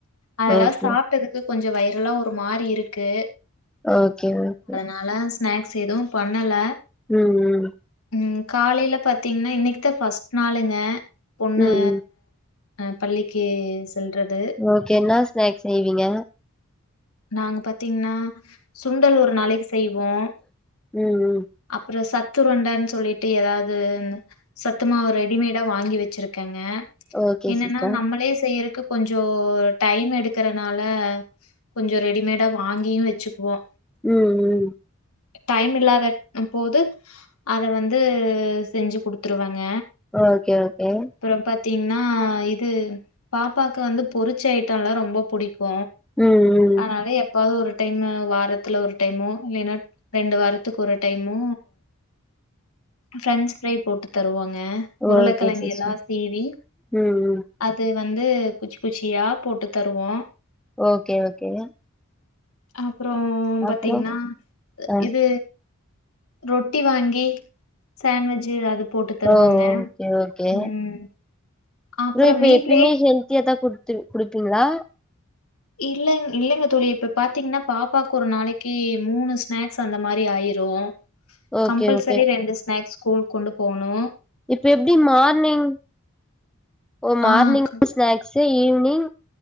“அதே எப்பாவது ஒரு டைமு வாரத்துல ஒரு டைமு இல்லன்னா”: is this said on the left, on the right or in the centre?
Left